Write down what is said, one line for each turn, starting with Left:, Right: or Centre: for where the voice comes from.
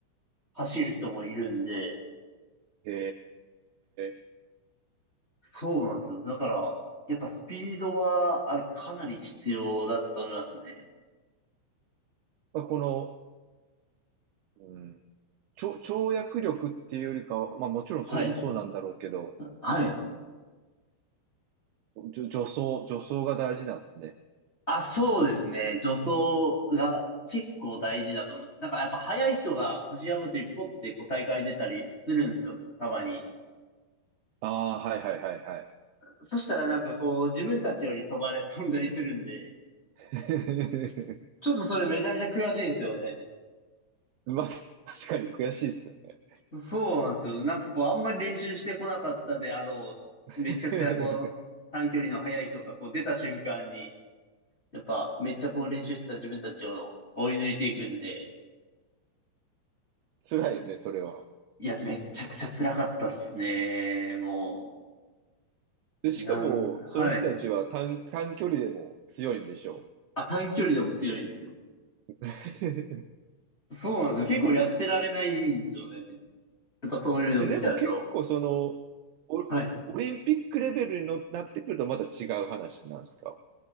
Left: 走る人もいるんで、
Right: へえ。
Left: そうなんですよ。だから、やっぱスピードは、あれ、かなり必要だったと思いますね。
Right: まあ、この、うん。跳跳躍力っていうよりかは、まあもちろんそれもそうなんだろうけど、
Left: はい。はい。
Right: じょ助走、助走が大事なんですね。
Left: あ、そうですね。助走が結構大事だと思います。なんかやっぱ速い人が走り幅跳びポッてこう大会出たりするんですよ。たまに。
Right: ああ、はいはいはいはい。
Left: そしたらなんかこう自分たちより飛ばれ、<laughs> 飛んだりするんで、
Right: <laughs>
Left: ちょっとそれめちゃめちゃ悔しいんですよね。
Right: まあ、確かに悔しいですよね。
Left: そうなんですよ。なんかこうあんまり練習してこなかったであろう、
Right: <laughs>
Left: めちゃくちゃこう短距離の速い人がこう出た瞬間に、やっぱめっちゃこう練習してた自分たちを追い抜いていくんで、
Right: 辛いね、それは。
Left: いや、めっちゃくちゃ辛かったっすね。も
Right: で、しかも、
Left: う、なん、
Right: その人たちは短、
Left: はい。
Right: 短距離でも強いんでしょう。
Left: あ、短距離でも強いんですよ。
Right: <laughs>
Left: そうなんですよ。結構やってられないんですよね。やっぱそういうの見ちゃうと。
Right: え、でも結構、その、オ、
Left: はい。
Right: オリンピックレベルにのなってくるとまた違う話なんですか